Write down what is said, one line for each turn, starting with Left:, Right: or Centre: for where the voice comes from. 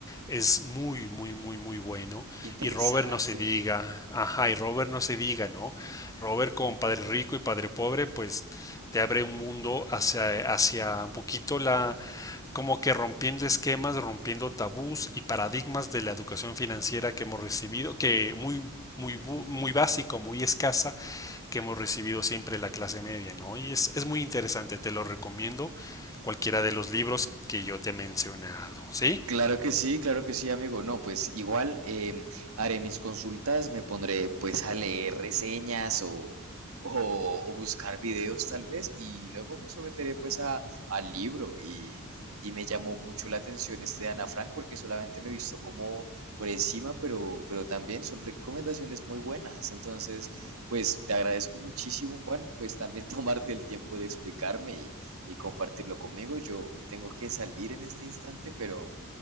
Left: es muy, muy, muy, muy bueno.
Right: Interesante.
Left: Y Robert no se diga, ajá, y Robert no se diga, ¿no? Robert con Padre Rico y Padre Pobre, pues te abre un mundo hacia, hacia un poquito la, como que rompiendo esquemas, rompiendo tabús y paradigmas de la educación financiera que hemos recibido, que muy muy, muy básico, muy escasa que hemos recibido siempre la clase media, ¿no? Y es, es muy interesante, te lo recomiendo cualquiera de los libros que yo te he mencionado, ¿sí?
Right: Claro que sí, claro que sí, amigo. No, pues igual em, haré mis consultas, me pondré pues a leer reseñas o, o, o buscar videos tal vez y luego me someteré pues a, al libro y, y me llamó mucho la atención este de Ana Frank porque solamente lo he visto como por encima, pero, pero también son recomendaciones muy buenas. Entonces, pues te agradezco muchísimo, Juan, pues también <laughs> tomarte el tiempo de explicarme y, y compartirlo conmigo. Yo tengo que salir en este instante, pero